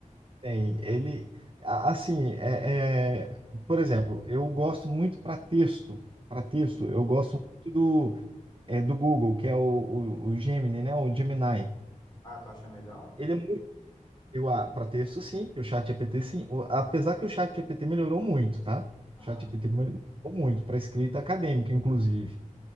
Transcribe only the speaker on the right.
tem. Ele. a- Assim, é, é, por exemplo, eu gosto muito para texto. Para
texto, eu gosto muito do, é, do Google, que é o, o, o Gemini, né? O Gemini.
Ele é Eu, para texto, sim, que o chat GPT, sim. O- apesar que o chat GPT melhorou muito, tá?
O chat GPT melhorou muito para escrita acadêmica, inclusive.